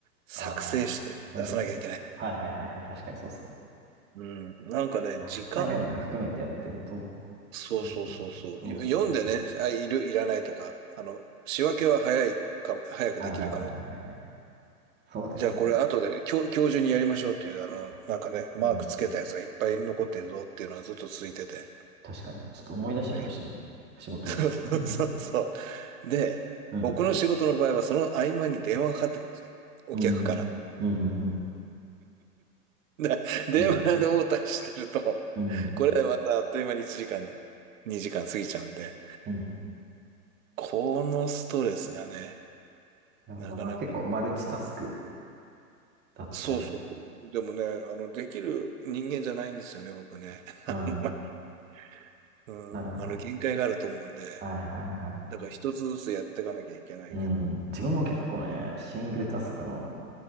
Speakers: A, on the right; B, on the right.
A: 作成して出さなきゃいけない。
B: ああ、そういうことね。はいはいはいはい。確かにそうですね。
A: うん。なんかね、
B: はい作業も含めてやってると、
A: 時間、
B: そうか、
A: そうそうそうそう。
B: そうそうそう
A: よ読んでね、あ、いる、いらないとか、あの、仕分けは早いか、早くできるかも。
B: はいはいはいはいはいはい。そうですね。
A: じゃあこれ後で今日、今日中にやりましょうっていう、あの、なんかね、マークつけたやつがいっぱい残ってるぞっていうのはずっと続いてて。
B: うん。確かに。ちょっと思い出してきましたよ、
A: で
B: 仕事。
A: そうそうそうそ
B: <laughs>
A: う。で、
B: うん。
A: 僕の仕事の場合はその合間に電話がかかってくるんですよ。お客から。
B: うん。うん。うん。
A: で <laughs> 電話で応対してると、
B: うん。うん
A: これまたあっという間に1時間、2時間過ぎちゃうんで、
B: うん
A: このストレスがね、
B: なるほどな。
A: なかなか、
B: 結構マルチタスクだったりも。
A: そうそうそう。でもね、あの、できる人間じゃないんですよね、僕ね。<laughs>
B: うん。
A: あんまりうん、
B: なるほど。
A: あの、限界があると思うんで、
B: はいはいはい。
A: だから一つずつやっていかなきゃいけないけど、
B: うん。自分も結構ね、
A: なんか
B: シングルタスクの